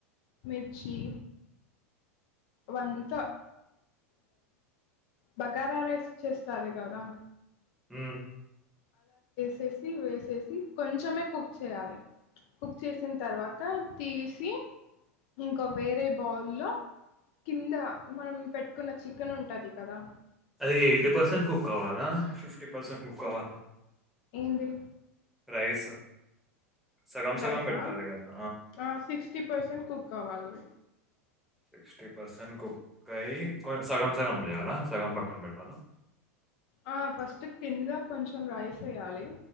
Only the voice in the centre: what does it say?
మ్
అది ఎయిటీ పర్సెంట్ కుక్ అవ్వాలా ఫిఫ్టీ పర్సెంట్ కుక్ అవ్వాలా
రైస్. సగం సగం
పెట్టాలి కదా
సిక్స్టీ పర్సెట్ కుక్ అయి సగం సగం చేయాల సగం పక్కన పెట్టాలా